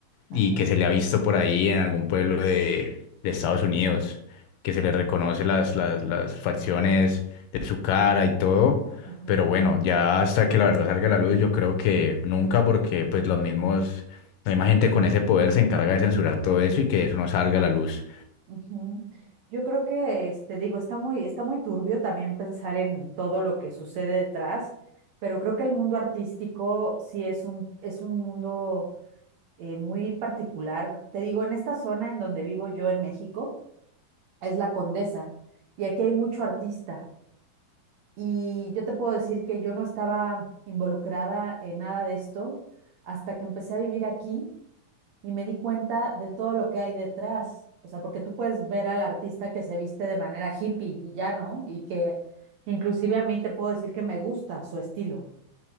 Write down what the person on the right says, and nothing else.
Ajá,
ajá,
Ujú. Yo creo que, este, digo, está muy, está muy turbio también pensar en todo lo que sucede detrás, pero creo que el mundo artístico sí es un, es un mundo eh, muy particular. Te digo, en esta zona en donde vivo yo en México, es la Condesa, y aquí hay mucho artista. Y yo te puedo decir que yo no estaba involucrada en nada de esto hasta que empecé a vivir aquí y me di cuenta de todo lo que hay detrás. O sea, porque tú puedes ver al artista que se viste de manera hippie y ya, ¿no? Y que inclusive a mí te puedo decir que me gusta su estilo,